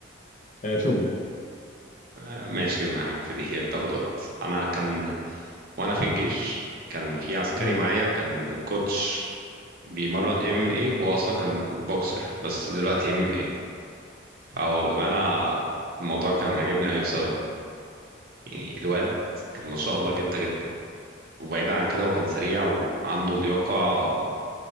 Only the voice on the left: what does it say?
آه شغل
مهم.